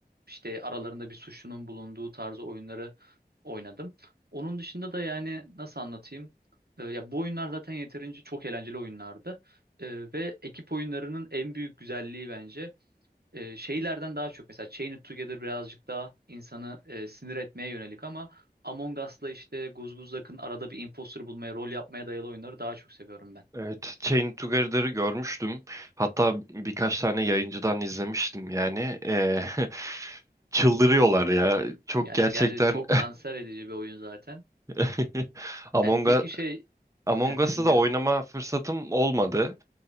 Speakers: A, on the right; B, on the right.
A: işte aralarında bir suçlunun bulunduğu tarzı oyunları oynadım. Onun dışında da yani nasıl anlatayım? Ee, ya bu oyunlar zaten yeterince çok eğlenceli oyunlardı. Ee, ve ekip oyunlarının en büyük güzelliği bence e, şeylerden daha çok mesela Chain It Together birazcık daha insanı e, sinir etmeye yönelik ama Among Us'la işte Guzguzlak'ın arada bir imposter bulmaya, rol yapmaya dayalı oyunları daha çok seviyorum ben.
B: Evet, Chain Together'ı görmüştüm. Hatta birkaç tane yayıncıdan izlemiştim yani. E, <laughs> çıldırıyorlar ya. Çok
A: Yani
B: gerçekten
A: gerçi çok kanser edici bir oyun zaten.
B: <laughs> Among
A: Yani peki şey,
B: Among
A: Heh,
B: Us'ı
A: dinliyorum.
B: da oynama fırsatım olmadı